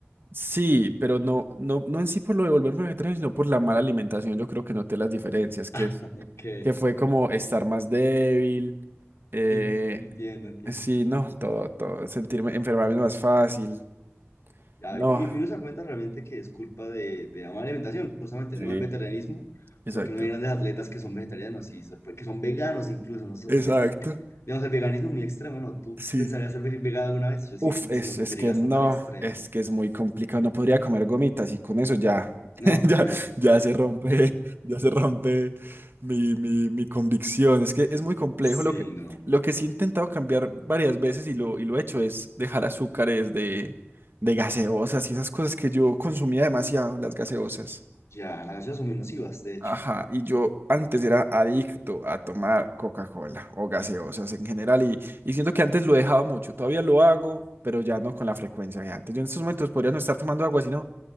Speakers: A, on the right; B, on the left.
A: Sí, pero no, no, no en sí por lo de volverme vegetariano, sino por la mala alimentación. Yo creo que noté las diferencias, que,
B: <laughs>
A: es-
B: Ok,
A: que fue como estar más débil, eh,
B: sí, entiendo, entiendo.
A: sí, no, todo, todo, sentirme, enfermarme más fácil.
B: Ya,
A: No,
B: y, porque- uno se da cuenta realmente que es culpa de, de la mala alimentación, justamente,
A: sí,
B: no del vegetarianismo,
A: exacto.
B: porque no hay grandes atletas que son vegetarianos y sorpre- que son veganos incluso, no sorprende.
A: Exacto,
B: Digamos, el veganismo es muy extremo, ¿no? ¿Tú
A: sí.
B: pensarías ser ve- vegano alguna vez? Yo sí,
A: Uf, es,
B: sí no creo
A: es
B: que llegue
A: que
B: hasta
A: no,
B: tal extremo.
A: es que es muy complicado. No podría comer gomitas y con eso ya,
B: ¿No?
A: <laughs> ya,
B: Nada.
A: ya se rompe, <laughs> ya se rompe mi, mi, mi convicción. Es que es muy complejo.
B: Sí,
A: Lo que,
B: no.
A: lo que sí he intentado cambiar varias veces y lo, y lo he hecho es dejar azúcares de, de gaseosas y esas cosas que yo consumía demasiado, las gaseosas.
B: Ya, las gaseosas son muy nocivas, de hecho.
A: Ajá, y yo antes era adicto a tomar Coca-Cola o gaseosas en general y, y siento que antes lo he dejado mucho, todavía lo hago, pero ya no con la frecuencia de antes. Yo en estos momentos podría no estar tomando agua, sino